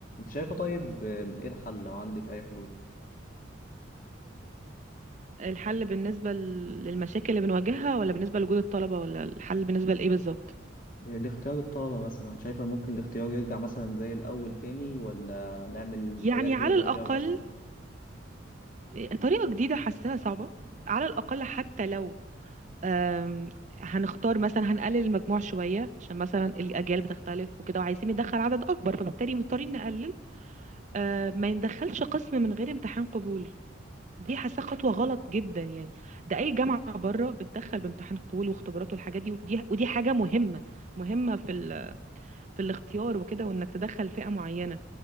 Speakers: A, on the left; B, on the right.
A: شايفة طيب آم، إيه الحل لو عندك أي حلول؟
B: الحل بالنسبة ل- للمشاكل اللي بنواجهها ولا بالنسبة لوجود الطلبة ولا الحل بالنسبة لإيه بالظبط
A: الاختيار الطلبة مثلا شايفة ممكن الاختيار يرجع مثلا زي الأول تاني ولا نعمل
B: يعني
A: طريقة جديدة
B: على
A: للاختيار
B: الأقل
A: أصلا؟
B: آه، طريقة جديدة حاساها صعبة على الأقل حتى لو آم، هنختار مثلا هنقلل المجموع شوية عشان مثلا الأجيال بتختلف وكده وعايزين ندخل عدد أكبر فبالتالي مضطرين نقلل آه، ما يندخلش قسم من غير امتحان قبول دي حاسة خطوة غلط جدا يعني ده أي جامعة بره بتدخل بامتحان قبول واختبارات والحاجات دي ودي ودي حاجة مهمة مهمة في ال... في الاختيار وكده وإنك تدخل فئة معينة